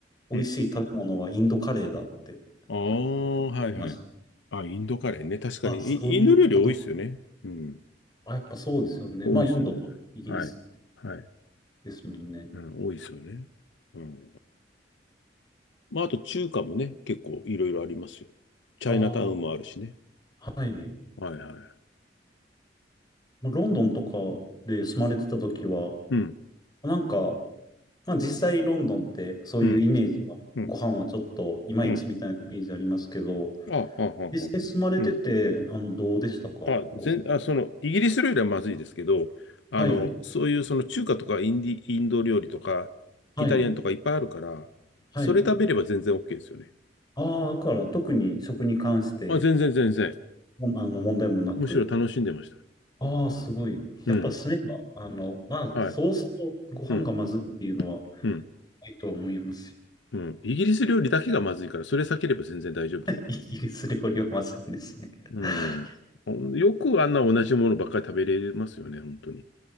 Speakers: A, on the left; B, on the left.
A: 美味しい食べ物はインドカレーだって言
B: うん。ああ、はいはい。
A: いました。
B: あ、インドカレーね。確かに、
A: あ、
B: イインド料理多いっすよね。
A: そういうこと。
B: うん。
A: あ、やっぱそうですよね。
B: 多いっすね。
A: まあ、インドとイギリス
B: はい。はい。
A: ですもんね。
B: うん、多いっすよね。うん。まあ、あと中華もね、結構いろいろありますよ。チャイナタウンもあるしね。
A: ああ、はい。
B: はいはい。
A: もうロンドンとかで住まれてた時は、
B: うん、
A: なんか、まあ実際ロンドンってそういうイメージは、
B: うん、うん、
A: ご飯はちょっといまいちみたいなイメージありますけど、
B: うん。あ、はあ、はあ、
A: 実際住まれてて、
B: うん。
A: あの、どうでしたかご飯。
B: あ、全、あ、その、イギリス料理はまずいですけど、あの、
A: はい、
B: そういうその中華とかインディ、インド料理とか、
A: はい、
B: イタリアンとかいっぱいあるから、
A: はい。
B: それ食べれば全然 OK ですよね。
A: ああ、だから特に食に関して、
B: あ、全然全然。
A: もあの、問題もなく。
B: むしろ楽しんでました。
A: ああ、すごい。
B: うん。
A: やっぱ住めば、あの、まあ、
B: はい。
A: そうそうご飯がまずいっていうのは
B: うん。うん。
A: ないとは思いますし。
B: うん。イギリス料理だけがまずいから、それ避ければ全然大丈夫。
A: <laughs> イギリス料理はまずいんですね。
B: うん。
A: <laughs>
B: よくあんな同じものばっかり食べれますよね、本当に。